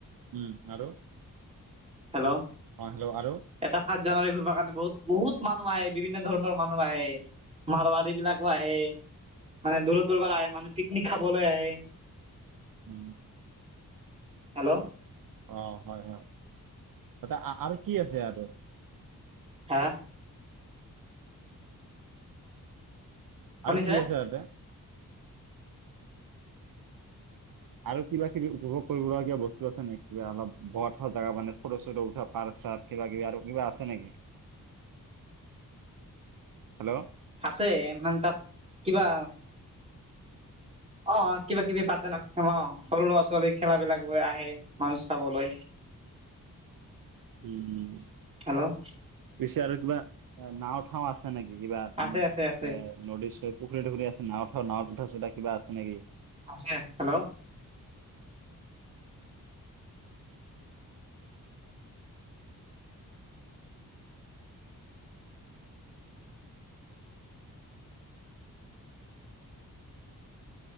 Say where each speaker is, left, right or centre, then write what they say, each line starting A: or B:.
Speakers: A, on the right; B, on the right.
A: উম আৰু
B: হেল্ল'
A: অ হেল্ল' আৰু
B: এটা ভ জানুৱী ফুবা কাৰণে বহুত বহুত মানুহ আহে বিভিন্ন ধৰণৰ মানুহ আহে মাৰবাৰী বিলাকো আহে মানে দূৰ দূৰ পৰা আহে মানুহ পিকনিক খাবলৈ আহে
A: উম
B: হেল্ল'
A: অ হয় হয় ত আৰু কি আছে আৰু
B: হা শুনিছে
A: আৰু কি আছে তাতে আৰু কিবা কিবি উপভোগ আৰু কিবা কিবি বস্ত আছে নেকি কিবা অলপ বোৱা থোৱা জগা মানে ফটো চটো উঠা পাৰ্ক চাৰ্ক কিবা কিবা আৰু কিবা আছে নেকি হেল্ল'
B: আছে মানে তাত কিবা অ কিবা কিবি পা ন অ সৰু ল আছো খেলাবেলাক আহে মানুহ চাবলৈ
A: উম উম
B: হেল্ল'
A: আচ্ছা আৰু কিবা নাওঁ থাও আছে নেকি নিদিবা
B: আছে
A: ওম
B: আছে আছে
A: নদি চদি পুখুৰি টো গোতে আছে নাওঁ চাও উঠিব কিবা আছে নেকি
B: আছে হেল্ল'